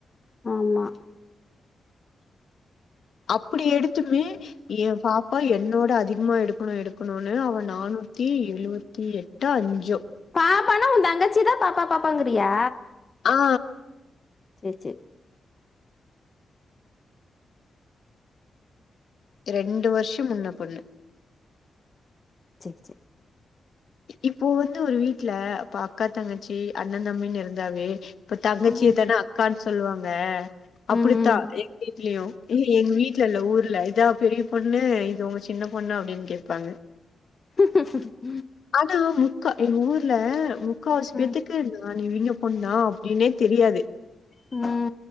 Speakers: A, on the left (about 30°); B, on the left (about 60°).
A: ஆமா
B: அப்டி எடுத்துமே எ பாப்பா என்னோட அதிகமா எடுக்கணு எடுக்கணுனு அவ நானூத்தி எழுவத் தி எட்டா அஞ்ஜோ
A: பாப்பானா உன் தங்கச்சிதா பாப்பா பாப்பாங்கறியா
B: ஆ
A: சேரி சேரி
B: ரெண்டு வருஷம் முன்ன புன்ன
A: சேரி சேரி
B: இப்போ வந்து ஒரு வீட்ல அப்ப அக்கா தங்கச்சி அண்ண தம்பிக இருந்தாவே இப்ப தங்கச்சிய
A: ம்
B: தான அக்கான்னு சொல்வாங்க அப்டிதா
A: ம்
B: எங்க வீட்லயு எங்க வீட்ல இல்ல ஊர்ல இதா பெரிய பொண்ணு இது உங்க சின்ன பொண்ணு அப்டின்னு கேப்பாங்க
A: ஹ்ம்ஹம்ஹ்ம்
B: ஆனா முக்கா எங்க ஊர்ல முக்கா வாசி
A: ம்
B: பேத்துக்
A: ம்
B: கு நா இவிங்க பொண்ணா அப்டினே தெரியாது
A: ம்